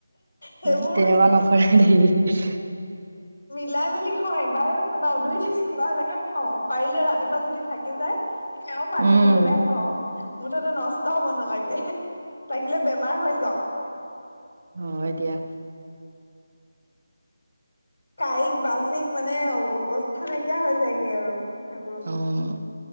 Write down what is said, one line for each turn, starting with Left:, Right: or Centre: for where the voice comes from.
Left: সেইবোৰ
Right: তেনেকুৱা নকৰে দেই।
Left: মিলাই মেলি খাওঁ এবাৰেই বনাও দুই তিনিবাৰলৈকে খাওঁ পাৰিলে ৰাতিপুৱা যদি থাকি যায় সেয়াও পানী
Right: উম,
Left: দি পেলাই খাওঁ। মুঠতে নষ্ট হব নালাগে লাগিলে বেমাৰ হৈ যাওঁ‌।
Right: হয় দিয়া।
Left: কাইট বাচিক মানে অৱস্থা নাইকিয়া হৈ যায়গে আৰু। এইবোৰ
Right: অহ